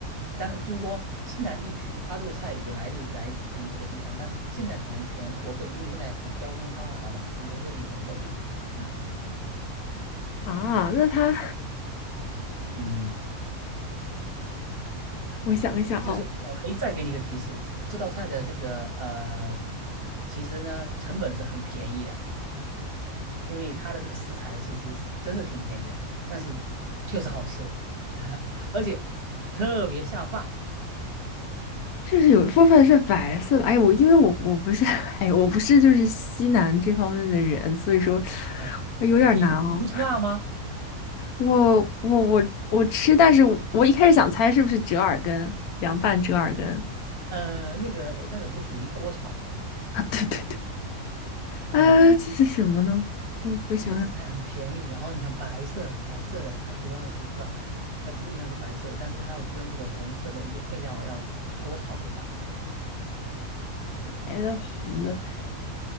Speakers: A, on the right; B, on the left.
A: 当然，就是说西南地区，它这个菜原来就是来自于这个地方，但是现在可能全国各地，因为现在交通发达了嘛，全国各地可能都会有。嗯
B: 啊，那它
A: 嗯，
B: 我想一想哦，
A: 就是我可以再给你一个提示，这道菜的这个呃，其实呢成本是很便宜的，因为它的这个食材其实是真的挺便宜的，但是确实好吃，<laughs> 而且特别下饭。
B: 这是有一部分是白色的。哎，我因为我我不是 <laughs> 哎，我不是就是西南这方面的人，所以说
A: 嗯，
B: 我有点难哦。
A: 你你不吃辣吗？
B: 我我我我吃，但是我一开始想猜是不是折耳根，凉拌折耳根
A: 呃，那个那个不属于锅炒嘛。
B: 啊？<laughs> 对对对。啊，
A: 嗯。
B: 这是什么呢？嗯，我想想，
A: 就食材很便宜，然后你看白色白色的，它主要是对吧？它主体上是白色的，但是它要跟这个红色的一些配料要锅炒一下。
B: 白的、红的，